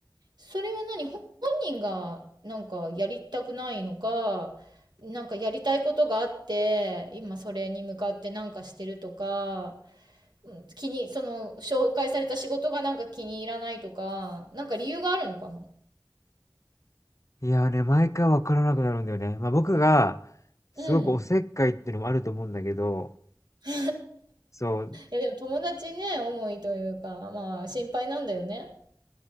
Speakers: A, on the right; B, on the left.
A: それは何、ほ本人がなんかやりたくないのか、なんかやりたいことがあって、今それに向かってなんかしてるとか、うん気に、その紹介された仕事がなんか気に入らないとか、なんか理由があるのかな
B: いやーね、毎回わからなくなるんだよね。まあ僕が、すごくおせっかいっていうのもあると思うんだけど、
A: うん <laughs> い
B: そう、
A: やでも友達ね、思いというか、まあ心配なんだよね。